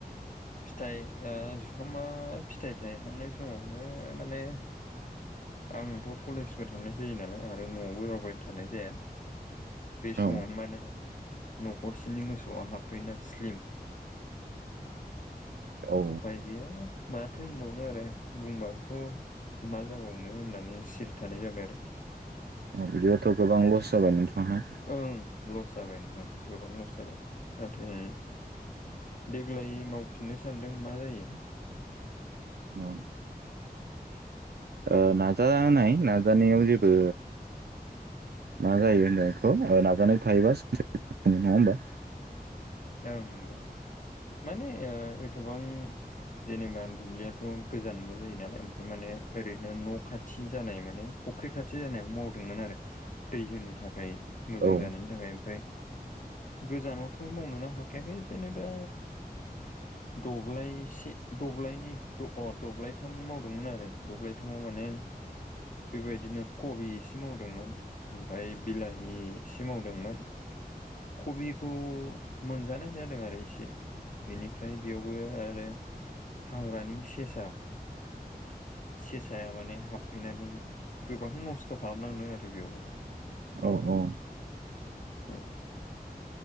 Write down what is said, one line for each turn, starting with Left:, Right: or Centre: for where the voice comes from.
Left: फिथाइ ओ जुखामा फिथाइ थाइहांनाय समावनो माने आंथ' कलेजबो थांनाय जायो नालाय आरो न'आवबो रावबाय थानाय जाया बे समावनो
Right: औ
Left: माने न'खरसेनि मोसौआ हाबफैना स्लिम
Right: औ
Left: उफाय गैया माथो होनबावनो आरो बुंबाबोथ' मा जाबावनो होननानै सिरि थानाय जाबाय आरो
Right: औ बिदिबाथ' गोबां लस जाबाय नोंथाङा
Left: ओं लस जाबाय नोंथां गोबां लस जाबाय नाथाय देग्लाय मावफिननो सानदों मा जायो
Right: ओ ओ नाजानाय नाजानायाव जेबो मा जायो होनो बेखौ ओ नाजानाय थायोबा नङा होमबा
Left: ओं नंगौ माने ओ एथबां जेनेबा दुब्लियाथ' गोजानबो जायो नालाय ओमफ्राय माने ओरैनो न' खाथि जानाय माने फुख्रि खाथि जानायाव मावदोंमोन आरो दै होनो थाखाय मोजां
Right: औ
Left: जानायनि थाखाय ओमफाय गोजानावथ' मावनोनो हाखायाखै जेनेबा द'ब्लाइसे द'ब्लायनै द अ द'ब्लायथाम मावदोंमोन आरो द'ब्लायथामाव माने बेबायदिनो कबि इसे मावदोंमोन ओमफाय बिलाहि इसे मावदोंमोन कबिखौ मोनजानाय जादों आरो इसे बेनिफ्राय बेयावबो आरो हाग्रानि सेसा सेसाया माने हाबफैनानै गोबां नस्थ' खालामलांदों आरो बेयावबो
Right: औ औ
Left: औ